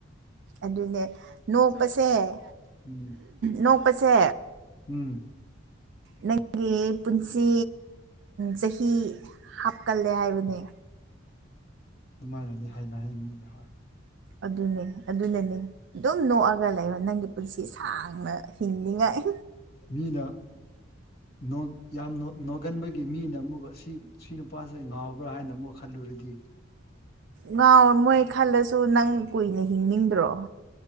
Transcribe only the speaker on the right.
ꯑꯗꯨꯅꯦ ꯅꯣꯛꯄꯁꯦ ꯍꯝ
ꯅꯣꯛꯄꯁꯦ
ꯅꯪꯒꯤ ꯒꯤ ꯄꯨꯟꯁꯤ ꯆꯍꯤ ꯍꯥꯞꯀꯜꯂꯦ ꯍꯥꯏꯕꯅꯦ
ꯑꯗꯨꯅꯦ ꯑꯗꯨꯅꯅꯦ ꯑꯗꯨꯝ ꯅꯣꯛꯑꯒ ꯂꯩꯔꯣ ꯅꯪꯒꯤ ꯄꯨꯟꯁꯤ ꯁꯥꯡ ꯑ ꯍꯤꯡꯅꯤꯉꯥꯏ
ꯉꯥꯎ ꯃꯣꯏ ꯈꯜꯂꯁꯨ ꯅꯪ ꯀꯨꯏꯅ ꯍꯤꯡꯅꯤꯡꯗ꯭ꯔꯣ